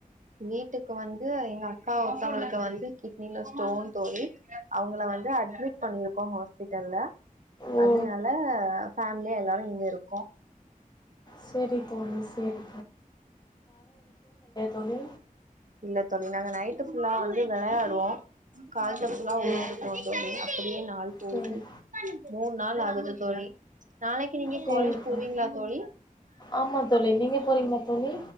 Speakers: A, on the right; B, on the left.
A: வீட்டுக்கு வந்து எங்க அக்கா ஒருத்தவளுக்கு வந்து கி ட்டின ஸ்டோன் தோழி அவுங்கள வந்து அட்மிட் பண்ணியிருக்கோ ஹாஸ்பிட்டல்ல
B: ஓ
A: அதுனால ஃபேமிலியா எல்லாரு இங்க இருக் கோ
B: செரி தோழி செரி தோழி
A: இல்ல தோழி நாங்க நைட் ட்டு ஃபுல்லா வந்து வெளையாடுவோ காலைல ஃபுல்லா ஊர்
B: ஓ
A: சுத்துவோம் தோழி அப்டியே நாள் போகுது
B: சரி
A: மூணு நாள் ஆகுது தோழி நாளைக்கு நீங்க
B: சரி
A: காலேஜ் போவீங்களா
B: தோழி
A: தோழி
B: ஆமா தோழி நீங்க போறீங்களா தோழி